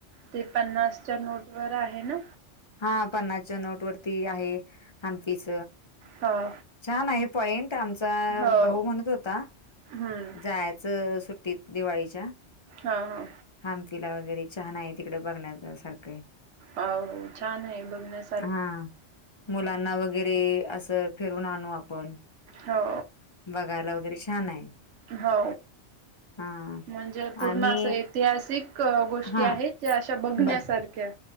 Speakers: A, on the right; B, on the left.
A: ते पन्नासच्या नोट वर आहे ना.
B: हा पन्नासच्या नोट वरती आहे हंपीच.
A: हा.
B: छान आहे पॉइंट आमचा
A: हो
B: भाऊ म्हणत होता.
A: हम्म
B: जायचं सुट्टीत दिवाळीच्या.
A: हा हा.
B: हंपीला वगैरे छान आहे तिकडं बघण्याच सारखं.
A: हो छान आहे बघण्यास.
B: हा मुलांना वगैरे असं फिरून आणू आपण.
A: हो.
B: बघायला वगैरे छान आहे.
A: हो
B: हां
A: म्हणजे पूर्ण
B: आम्ही
A: असं ऐतिहासिक. गोष्टी
B: हां
A: आहेत ज्या अशा बघण्यासारख्या
B: ब